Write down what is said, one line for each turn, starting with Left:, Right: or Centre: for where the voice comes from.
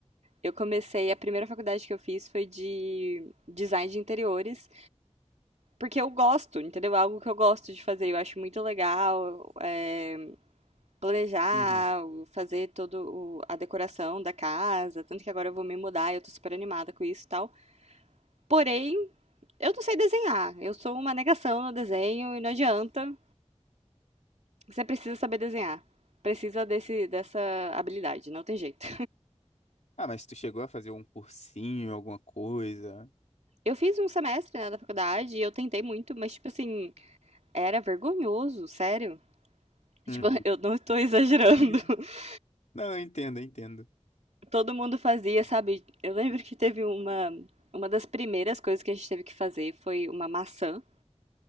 Right: Eu comecei, a primeira faculdade que eu fiz foi de design de interiores, porque eu gosto, entendeu? É algo que eu gosto de fazer, eu acho muito legal é, planejar,
Left: Uhum.
Right: fazer toda a decoração da casa, tanto que agora eu vou me mudar, eu tô super animada com isso e tal. Porém, eu não sei desenhar, eu sou uma negação no desenho e não adianta, você precisa saber desenhar precisa desse, dessa habilidade, não tem jeito.
Left: Ah, mas tu chegou a fazer um cursinho, alguma coisa?
Right: Eu fiz um semestre né, da faculdade e eu tentei muito, mas, tipo assim, Era vergonhoso, sério.
Left: Hum.
Right: Tipo, <laughs> eu não estou exagerando.
Left: <laughs>
Right: <laughs>
Left: Não, eu entendo, eu entendo.
Right: Todo mundo fazia, sabe? Eu lembro que teve uma. Uma das primeiras coisas que a gente teve que fazer foi uma maçã.